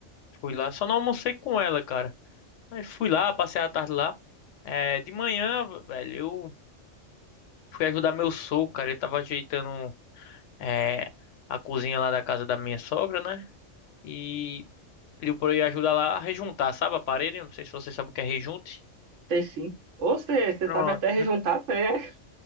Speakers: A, on the left; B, on the right.
A: fui lá. Só não almocei com ela, cara. Mas fui lá, passei a tarde lá. É, de manhã, velho, eu fui ajudar meu sogro, cara. Ele tava ajeitando é, a cozinha lá da casa da minha sogra, né? E pediu pra eu ir ajudar lá a rejuntar, sabe a parede? Eu Não sei se você sabe o que é rejunte.
B: Sei sim. Ou você, você
A: Pronto.
B: sabe até rejuntar, você é, você